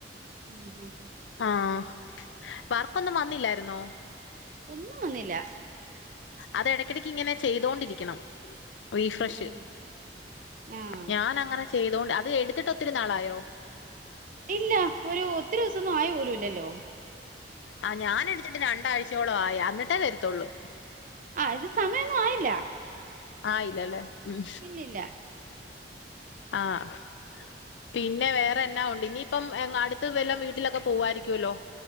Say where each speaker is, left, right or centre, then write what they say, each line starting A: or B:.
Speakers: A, on the right (about 45°); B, on the left (about 80°).
A: ഉം ഉം ഉം
B: ആഹ് വർക്കൊന്നും വന്നില്ലായിര്ന്നോ
A: ഒന്നും വന്നില്ല
B: അത് എടക്കടക്ക് ഇങ്ങനെ ചെയ്തോണ്ടിരിക്കണം റീഫ്രഷ്
A: ഉം ആഹ്
B: ഞാന അങ്ങനെ ചെയ്തോണ്ട് അത് എടുത്തിട്ട് ഒത്തിരി നാളായോ
A: ഇല്ല ഒരു ഒത്തിരി ദിവസൊന്നും ആയി പോലൂല്ലല്ലോ
B: ആ ഞാന എടുത്തിട്ട് രണ്ടാഴ്ചയോളം ആയി അന്നട്ടേ വരുത്തുള്ളൂ
A: ആഹ് ഇത് സമയൊന്നും ആയില്ല
B: ആഹ് ഇല്ലല്ല ഉം
A: ഇല്ല ഇല്ല
B: ആഹ് പിന്നെ വേറെ എന്നാ ഉണ്ട് ഇനിയിപ്പം അടുത്ത് വല വീട്ടിലൊക്കെ പോവായിരിക്കുല്ലോ